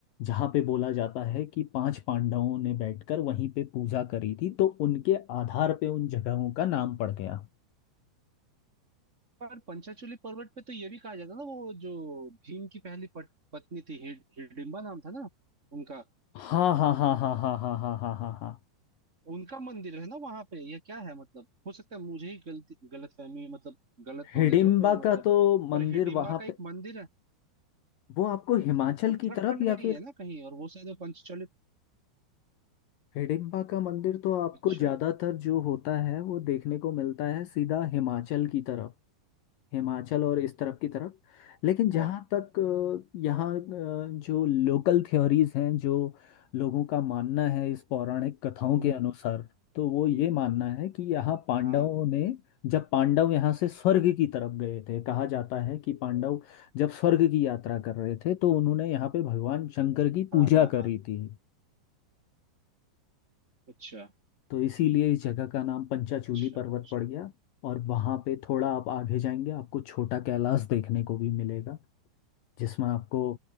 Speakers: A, on the left; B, on the right.
A: जहाँ पे बोला जाता है कि पांच पांडवों ने बैठकर वहीं पे पूजा करी थी तो उनके आधार पे उन जगहों का नाम पड़ गया
B: पर पंचाचूली पर्वत पे तो ये भी कहा जाता है ना वो जो भीम की पहली पट, पत्नी थी हिड- हिडिंबा नाम था ना उनका
A: हाँ हाँ हाँ हाँ हाँ हाँ हाँ हाँ हाँ हाँ
B: उनका मंदिर है ना वहां पे या क्या है मतलब हो सकता है मुझे ही गलती गलत फहमी मतलब गलत
A: हिडिम्बा
B: नॉलेज हो या मतलब
A: का तो मंदिर
B: पर हिडिंबा
A: वहाँ
B: का एक
A: पे
B: मंदिर है
A: वो आपको हिमाचल
B: उत्तराखंड
A: की तरफ या
B: में ही
A: फिर
B: है ना कहीं और वो शायद वो पंचचलित
A: हिडिम्बा का मंदिर तो आपको
B: अच्छा
A: ज्यादातर जो होता है वो देखने को मिलता है सीधा हिमाचल की तरफ हिमाचल और इस तरफ की तरफ लेकिन
B: अच्छा
A: जहाँ तक अ, यहाँ अ, जो लोकल थ्योरीज हैं जो लोगों का मानना है इस पौराणिक कथाओं
B: हम्म
A: के
B: हम्म
A: अनुसार तो वो ये
B: हम्म,
A: मानना है कि यहाँ पांडवों
B: हाँ
A: ने जब पांडव यहाँ से स्वर्ग की तरफ गए थे कहा जाता है कि पांडव जब स्वर्ग की यात्रा कर रहे थे तो उन्होंने यहाँ पे भगवान शंकर की
B: हाँ
A: पूजा
B: हाँ हाँ
A: करी थी
B: अच्छा
A: तो इसीलिए इस जगह का नाम पंचाचूली
B: अच्छा
A: पर्वत
B: अच्छा
A: पड़ गया और वहाँ पे थोड़ा आप आगे जाएंगे आपको छोटा कैलाश देखने को भी मिलेगा जिसमें आपको